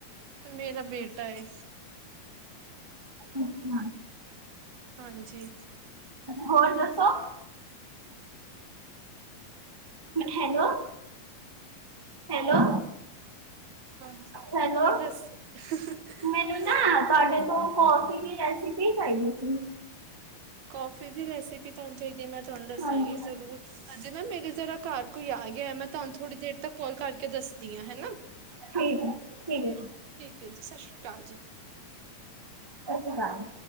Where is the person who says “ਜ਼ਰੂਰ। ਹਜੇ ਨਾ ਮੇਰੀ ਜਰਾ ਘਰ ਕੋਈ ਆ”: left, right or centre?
Right